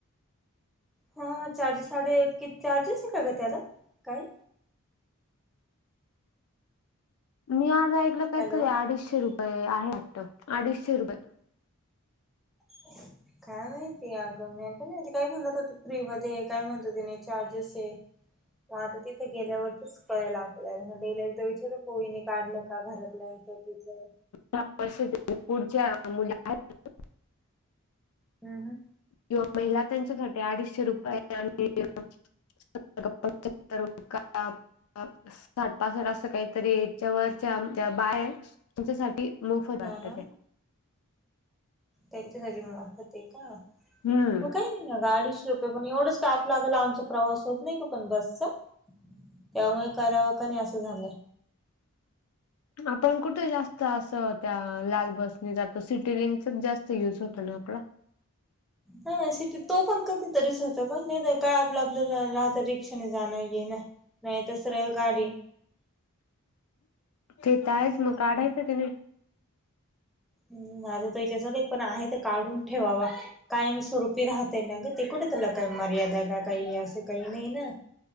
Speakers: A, in the centre; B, on the left.
A: हा चार साडे किती चार्जेस आहे का ग त्याला? काही?
B: मी आज ऐकलं काहीतरी
A: हॅलो
B: अडीचशे रुपये आहे वाटत, अडीचशे रुपये.
A: <unintelligible> काय माहिती अगं मी पण काय म्हणत होते फ्री मध्ये काय म्हणतोते नाही चार्जेस आहे, मग आता तिथे गेल्यावरतीच कळेला आपल्याला म्हणलं हिला एकदा र बोईने काढलं का घरातल्यानच तिचं
B: हार्ष पुढच्या मुली आहेत,
A: हम् हम
B: किंवा महिला त्यांच्यासाठी अडीचशे रुपये आहे, आणि <unintelligible> <inaudible> साठ पासठ अस काहीतरी याच्यावरच्या बाय त्याच्यासाठी मोफत वाटत
A: हा हा
B: ते.
A: त्यांच्यासाठी मोफत आहे का,
B: हम्म
A: मग काही नाही गाडी अडीचशे रुपये पण एवढंच ताप लागल आमचा प्रवास होत नाही का पण बसचा त्यामुळे करावा का नइ असं झालंय.
B: आपण कुठे जास्त असं त्या लाल बसनी जातो, सिटी लिंकचाच जास्त युज होतो ना आपला.
A: हो सिट तो पण कधीतरीच होत का नाही तर काय आपलं आपल्या राहत रिक्षाने जाण येन. नाही तर सरळ गाडी.
B: ते तर आहेच
A: हम्म
B: मग काढायचं कि नाही.
A: ह् माझं तर हिच्या साठी आहे ते तर काढून ठेवावा. कायम स्वरूपी राहते ना ग ते कुठे त्याला काय मर्यादा आहे का काही असं काही नाही ना.